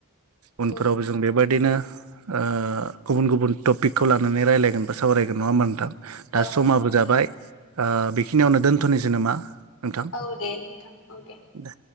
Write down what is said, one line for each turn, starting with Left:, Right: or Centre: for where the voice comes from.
Right: उनफोरावबो
Left: औ
Right: जों बेबायदिनो ओ गुबुन गुबुन टपिकखौ लानानै रायलायगोन बा सावरायगोन नङा होमबा नोंथां दा
Left: औ
Right: समाबो
Left: नंगौ नोंथां
Right: जाबाय ओ बेखिनियावनो दोनथ'नोसै नामा नोंथां
Left: औ दे नोंथां औ
Right: दे